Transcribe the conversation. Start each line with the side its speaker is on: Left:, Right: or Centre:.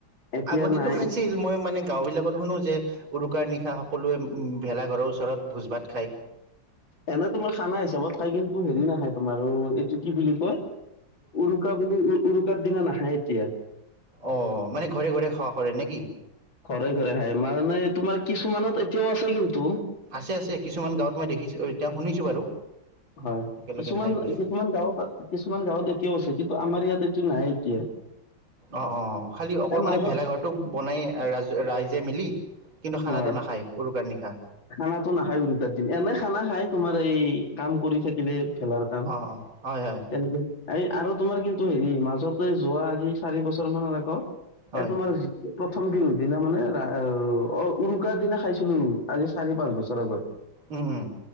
Left: এতিয়া
Right: আগতেটো
Left: নাই
Right: খাইছিল। মই মানে গাঁওবিলাকত শুনো যে উৰুকাৰ নিশা সকলোৱে ভেলাঘৰৰ ওচৰত ভোজ ভাত খায়।
Left: এনে তোমাৰ খানা হিচাপত খাই কিন্তু হেৰি নাখায় তোমাৰো- কি বুলি কয় উৰুকা বুলি উ উৰুকাৰ দিনা নাখায় এতিয়া।
Right: অ' মানে ঘৰে ঘৰে খোৱা কৰে নে কি?
Left: ঘৰে ঘৰে খাই মানে তোমাৰ কিছুমানত এতিয়াও আছে কিন্তু।
Right: আছে আছে, কিছুমান গাঁৱত মই দেখিছো এতিয়া শুনিছো বাৰু।
Left: হয়,
Right: একেলগে
Left: কিছুমান
Right: খাই বুলি
Left: কিছুমান গাঁৱত কিছুমান গাঁৱত এতিয়াও আছে কিন্তু আমাৰ ইয়াত এইটো নাই এতিয়া।
Right: অঁ অঁ খালি অকল
Left: এই
Right: মানে
Left: মাজত
Right: ভেলাঘৰটো বনাই ৰাজে ৰাইজে মিলি। কিন্তু খানাটো
Left: হয়।
Right: নাখায় উৰুকাৰ নিশা
Left: খানাটো নাখায় উৰুকাৰ দিন এনে খানা খায় তোমাৰ এই কাম কৰি থাকিলে। খেলাৰতাম
Right: অঁ অঁ হয় হয়
Left: তেনেকেই। এই আৰু তোমাৰ কিন্তু হেৰি মাজতে যোৱা আজি চাৰি বছৰ মানৰ আগত।
Right: হয়
Left: এ তোমাৰ- প্ৰথম দি দিনা মানে ৰা অ- অঁ উৰুকাৰ দিনা খাইছিলো আজি চাৰি পাঁচ বছৰ আগত।
Right: উম উম